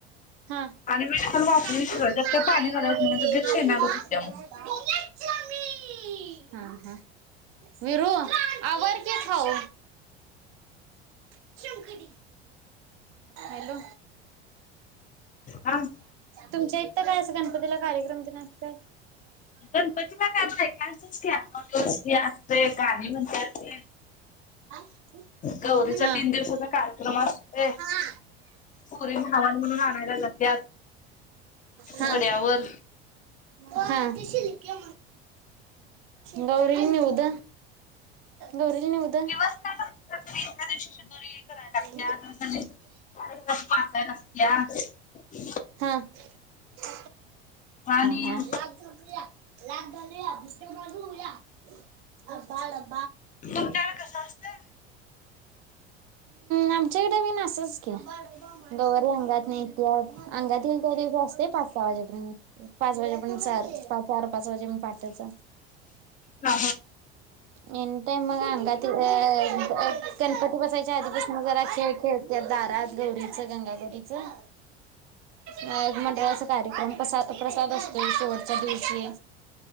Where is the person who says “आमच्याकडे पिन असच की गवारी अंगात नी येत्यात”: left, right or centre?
Right